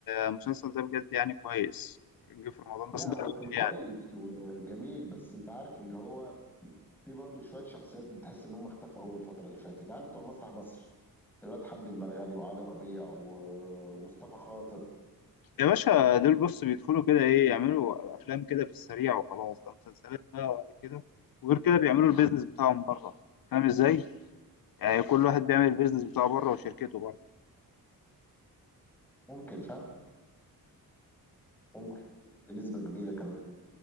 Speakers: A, on the left (about 70°); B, in the centre.
A: المسلسل ده بجد يعني كويس كان جه في رمضان
B: لا
A: بس ده
B: هو
A: أول
B: كان كويس
A: يعني
B: وجميل بس انت عارف اللي هو في برضه شوية شخصيات بتحس ان هم اختفوا اول الفترة اللي فاتت العيال بتوع مسرح مصر الواد حمدي المرغني وعلي ربيع ومصطفى خاطر
A: يا باشا دول بص بيدخلوا كده إيه يعملوا أفلام كده في السريع وخلاص ده مسلسلات بقى ولا كده وغير كده بيعملوا البيزنس بتاعهم بره فاهم إزاي؟ يعني كل واحد بيعمل البيزنس بتاعه بره وشركته بره
B: ممكن فاهم ممكن بنسبة كبيرة كمان